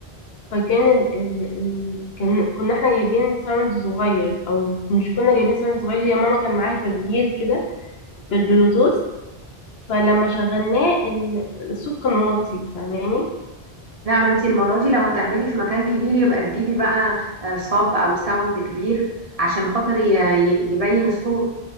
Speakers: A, on the left (about 70°); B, on the right (about 40°).
A: فكان ال... ال... ال... كان كنا احنا جايبين ساوند صغير او مش كنا جايبين ساوند صغير هي ماما كان معاها تسجيل كده بالبلوتوث فلما شغلناه ال... الصوت كان واطي فاهماني
B: لا ما انتي المرة دي لو هتعملي في مكان كبير يبقى تجيبي بقى آه، صاب او ساوند كبير عشان خاطر ي- ي- يبين الصوت